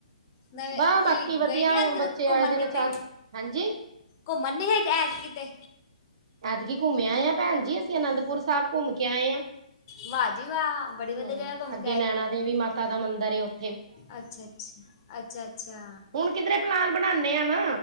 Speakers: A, on the left; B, on the right.
A: ਨਵੇਂ
B: ਵਾਹ
A: ਕੀ
B: ਬਾਕੀ ਵਧੀਆ।
A: ਗਏ ਨੀ
B: ਹੁਣ
A: ਅੱਜ ਕਿਤੇ
B: ਬੱਚੇ
A: ਘੁੰਮਣ
B: ਆਏਦੇ
A: ਕਿਤੇ
B: ਨੇ ਚ-ਚੁ, ਹਾਂਜੀ।
A: ਘੁੰਮਣ, ਨੀ ਗੇ ਐਤ- ਕਿਤੇ
B: ਐਤਕੀ ਘੁੰਮਿਆ ਆਇਆ, ਭੈਣ ਜੀ ਅਸੀਂ, ਅਨੰਦਪੁਰ ਸਾਹਬ। ਘੁੰਮ ਕੇ ਆਏ ਆ।
A: ਵਾਹ ਜੀ ਵਾਹ ਬੜੀ ਵਧੀਆ
B: ਹੂੰ,
A: ਜਗ੍ਹਾ ਘੁੰਮ
B: ਅੱਗੇ ਨੈਣਾ ਦੇਵੀ, ਮਾਤਾ ਦਾ ਮੰਦਿਰ ਉਥੇ।
A: ਅੱਛਾ-ਅੱਛਾ। ਅੱਛਾ-ਅੱਛਾ।
B: ਹੁਣ ਕਿਧਰੇ ਪਲਾਨ, ਬਣਾਨੇ ਆ ਨਾ।